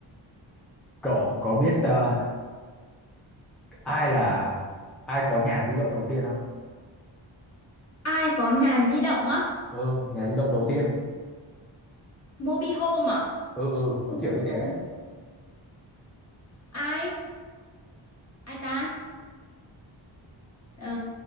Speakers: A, in the centre; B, on the left.
A: cậu có biết ờ, ai là ai có nhà di động đầu tiên không
B: Ai có nhà di động á?
A: ừ nhà di động đầu tiên
B: Mobi Home à?
A: ừ ừ nó
B: Mobi
A: kiểu như thế
B: Home.
A: đấy
B: Ai? Ai ta? Ờ...